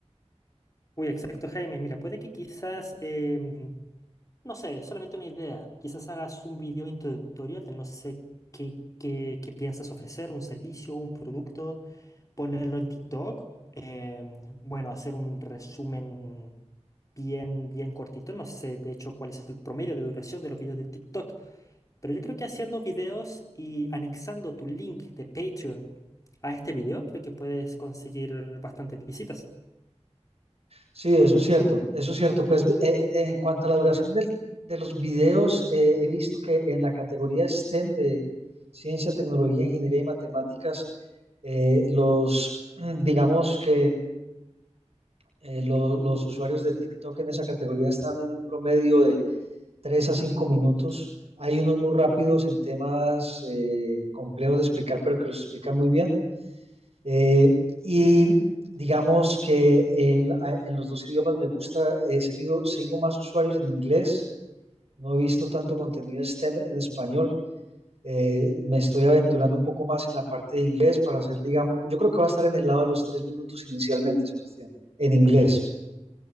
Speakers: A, on the left; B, on the right.
A: Uy, exacto, Jaime. Mira, puede que quizás em, No sé, solamente una idea. Quizás hagas un video introductorio de no sé qué, qué, qué piensas ofrecer, un servicio, un producto, ponerlo en TikTok. em, bueno, hacer un resumen bien, bien cortito. No sé, de hecho, cuál es el promedio de duración de los videos de TikTok. Pero yo creo que haciendo videos y anexando tu link de Patreon a este video, creo que puedes conseguir bastantes visitas.
B: Sí, eso es cierto, eso es cierto. Pues eh, eh, en cuanto a la duración del- de los videos, eh, he visto que en la categoría STEM de ciencia, tecnología, ingeniería y matemáticas, eh, los, mm, digamos que eh, lo- los usuarios de TikTok en esa categoría están en un promedio de 3 a 5 minutos. Hay unos muy rápidos en temas eh, complejos de explicar, pero que los explican muy bien. Eh, y digamos que en, en, los dos idiomas me gusta, he seguido, sigo más usuarios en inglés, no he visto tanto contenido STEM en español. Eh, me estoy aventurando un poco más en la parte de inglés para hacer, digamos, yo creo que va a estar en el lado de los tres minutos inicialmente, Sebastián, en inglés.